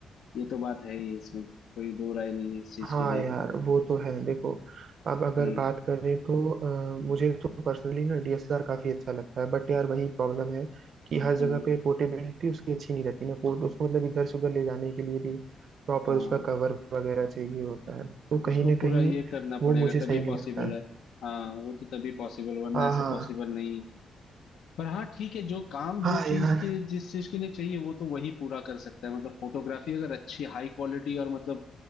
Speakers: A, on the left; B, on the right.
A: ये तो बात है ही इसमें कोई दो राय नहीं है इस चीज
B: हाँ
A: के लिए
B: यार वो तो है देखो अब अगर
A: हम्म
B: बात करें तो अ, मुझे तो पर्सनली ना डीएसएलआर काफी अच्छा लगता है बट यार वही प्रॉब्लम है कि हर जगह
A: हम्म
B: पे पोर्टेबिलिटी उसकी अच्छी नहीं रहती ना पोर्ट उसको मतलब इधर से उधर ले जाने के लिए भी प्रॉपर
A: हाँ
B: उसका कवर वगैरह चाहिए होता है तो
A: उसको
B: कहीं ना
A: पूरा
B: कहीं
A: ये करना
B: वो
A: पड़ेगा
B: मुझे
A: तभी
B: सही नहीं
A: पॉसिबल
B: लगता है
A: है हाँ वो तो तभी पॉसिबल वरना
B: हाँ
A: ऐसे
B: हाँ
A: पॉसिबल नहीं पर हाँ ठीक है जो काम
B: हाँ
A: जो
B: यार
A: चीज के जिस चीज के लिए चाहिए वो तो वही पूरा कर सकता है मतलब फोटोग्राफी अगर अच्छी हाई क्वालिटी और मतलब